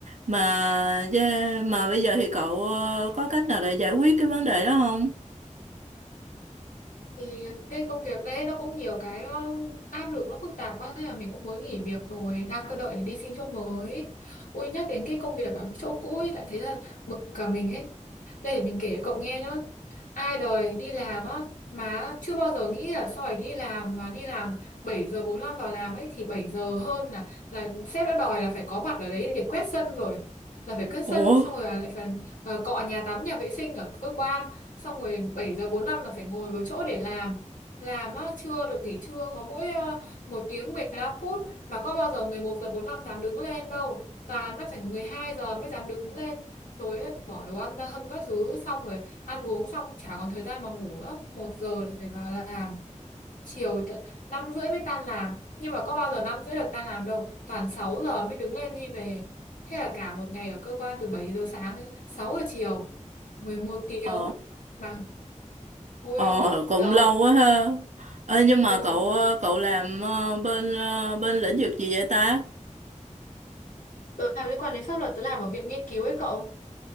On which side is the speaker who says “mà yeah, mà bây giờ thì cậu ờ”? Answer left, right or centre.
Right